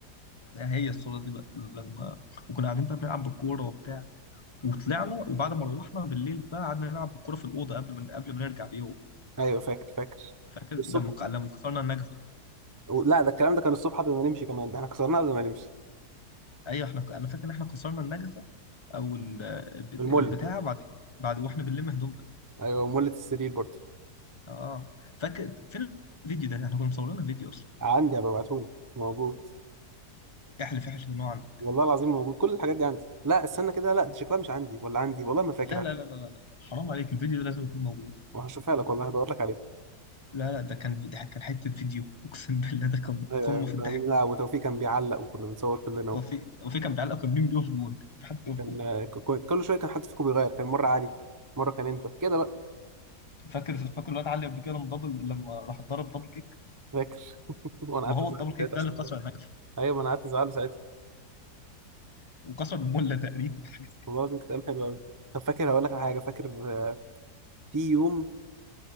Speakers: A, on the left (about 20°); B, on the right (about 25°).
A: هي الصورة دي بقى لما وكنا قاعدين بقى بنلعب بالكورة وبتاع وطلعنا وبعد ما روحنا بالليل بقى قعدنا نلعب بالكورة في الأوضة قبل من قبل ما نرجع بيوم
B: ايوه فاكر فاكر
A: فاكر لما
B: الصبح
A: ق- لما كسرنا النجف
B: و- لا ده الكلام ده كان الصبح قبل ما نمشي كمان ده احنا كسرناه قبل ما نمشي
A: ايوه احنا ك- انا فاكر ان احنا كسرنا النجفه او ال- البت-
B: المله
A: البتاعه بعد ك- بعد واحنا بنلم هدومنا
B: ايوه مله السرير برضه
A: اه فاكر فين الفيديو ده احنا كنا مصورينها فيديو اصلا
B: عندي هبعتهولك موجود
A: احلف احلف ان هو عندك
B: والله العظيم موجود كل الحاجات دي عندي لا استنى كده لا دي شكلها مش عندي ولا عندي والله ما فاكر
A: لا لا لا لا لا لا. حرام عليك الفيديو ده لازم يكون موجود
B: هشوفها لك والله هدور لك عليها
A: لا لا ده كان ده كان حته فيديو اقسم بالله ده كان
B: آه،
A: قمه في الضحك
B: يعني لا وتوفيق كان بيعلق وكنا بنصور كلنا
A: توفيق توفيق كان بيعلق كان مين بيقف جون كان في حد بيقف
B: كان
A: جون
B: آه، ك- ك- كل شويه كان حد فيكم بيغير كان مره علي مره كان انت كده بقى
A: فاكر فاكر الواد علي قبل كده لما دبل لما راح ضرب دبل كيك
B: فاكر <laughs> وانا
A: ما
B: قعدت
A: هو
B: ازعل
A: الدبل كيك
B: ساعتها عشان
A: ده اللي كسر
B: خاطر
A: النجفه
B: ايوه ما انا قعدت ازعله ساعتها
A: وكسر المله تقريبا حاجه زي- كده.
B: والله العظيم كانت ايام حلوه قوي طب فاكر هقول لك على حاجه فاكر آه، في يوم